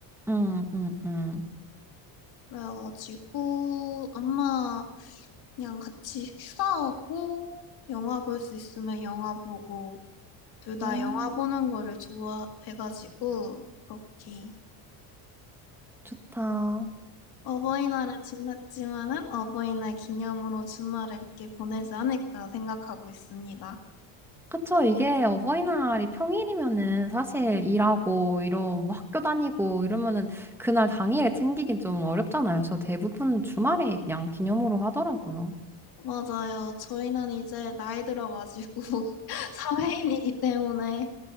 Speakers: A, in the centre; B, on the left.
A: 음, 음, 음.
B: 그래가지고 아마 그냥 같이 휴가하고 영화 볼 수 있으면 영화 보고 둘 다
A: 음,
B: 영화 보는 거를 좋아해가지고 그렇게
A: 좋다.
B: 어버이날은 지났지만은 어버이날 기념으로 주말을 이렇게 보내지 않을까 생각하고 있습니다.
A: 그쵸. 이게 어버이날이 평일이면은 사실 일하고, 이러, 뭐 학교 다니고 이러면은 그날 당일에 챙기긴 좀 어렵잖아요. 그래서 대부분 주말에 그냥 기념으로 하더라고요.
B: 맞아요. 저희는 이제 나이 들어가지고 <laughs> 사회인이기 때문에